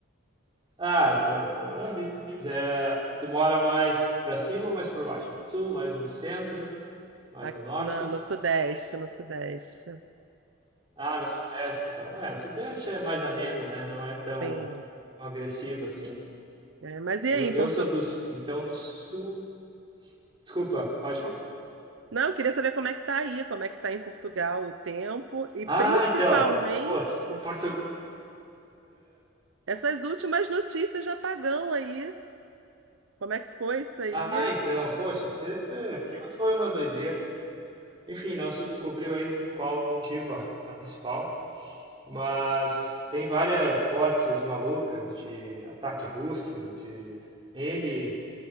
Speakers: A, on the right (about 25°); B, on the right (about 70°).
A: Ah, então, tá maravilha. É, tu mora mais pra cima ou mais pra baixo? Mais no sul, mais no centro, mais
B: aqui
A: no norte?
B: na- no, Sudeste, no Sudeste.
A: Ah, no sudeste, então. É, o sudeste é mais ameno, né? Não é tão
B: Sim.
A: agressivo assim.
B: É, mas e
A: Eu,
B: aí, em
A: eu
B: Portugal?
A: sou do sul, então no sul. Desculpa, pode falar.
B: Não, eu queria saber como é que tá aí, como é que tá em Portugal o tempo e
A: Ah,
B: principalmente
A: então. Pô, Portugal.
B: essas últimas notícias de apagão aí. Como é que foi isso aí?
A: Ah, então, poxa, até- aquilo foi uma doideira. Enfim, não se descobriu ainda qual o motivo a razão principal, mas tem várias hipóteses malucas de ataque russo, de N